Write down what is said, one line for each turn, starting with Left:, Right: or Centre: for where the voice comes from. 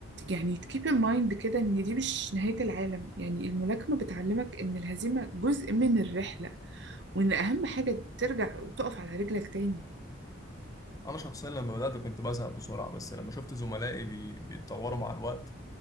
Right: يعني تكيب ان مايند كده ان دي مش نهاية العالم يعني الملاكمة بتعلمك ان الهزيمة جزء من الرحلة وان اهم حاجة ترجع وتقف على رجلك تاني
Left: انا شخصيا لما بدات كنت بزهق بسرعه بس لما شفت زملائي بي... بيتطوروا مع الوقت